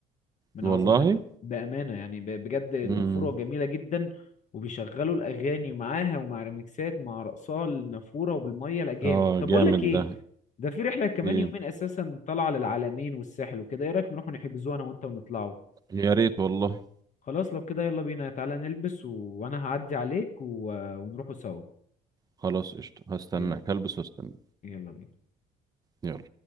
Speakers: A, on the left (about 45°); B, on the right (about 20°).
A: من
B: والله
A: عظمتها بامانه يعني ب- بجد النافوره
B: امم
A: جميله جدا وبيشغلوا الاغاني معاها ومع ريمكسات مع رقصها النافوره وبالميه لا جامد
B: اه
A: طب
B: جامد
A: اقول لك ايه
B: ده
A: ده في رحله كمان
B: ايه
A: يومين اساسا طالعه للعالمين والساحل وكده ايه رايك نروح نحجزوها انا وانت ونطلعوا
B: يا ريت والله
A: خلاص لو كده يلا بينا تعالى نلبس و... وانا هعدي عليك و... ونروحوا سوا
B: خلاص قشطه هستناك
A: يلا
B: هلبس واستنى
A: يلا بينا
B: يلا